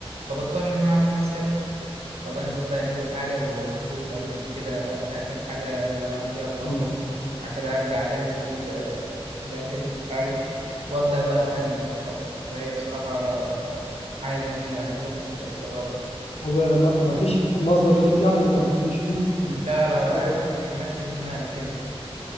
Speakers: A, on the right (about 85°); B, on the left (about 80°).
A: فبضطر ان انا اعمل نفسي أكل. فبنزل بقى أجيب الحاجة ببقى مبسوط ألف كده أنقي الحاجة اللي هعمل بيها الطبخة
B: أمم،
A: بعد كده أرجع أجهز ال- أجهز الحاجة وأبدأ بقى أفنن في الطبخ فهي بصراحة حاجة جميلة يعني لازم تبقى تجربها
B: هو بقى ما ما فيش مصدر ليك يعني انك بتمشي فيه أمم،
A: لا لا لا
B: مصدر
A: أنا ماشي ماشي بدماغي كده